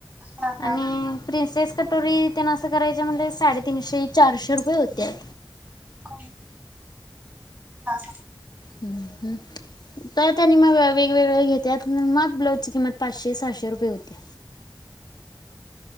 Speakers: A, on the right; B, on the left.
A: हा
B: आणि
A: हा
B: प्रिंस. तेच कटोरी त्यांना असं करायच्या म्हणज साडेतीनशे चारशे रुपये होत्यात.
A: कोणी. हा हा.
B: हम्म हम्म. तर त्यांनी मग वेगवेगळ्या घेत्यात, मग ब्लाउजची किंमत पाचशे सहाशे रुपये होती.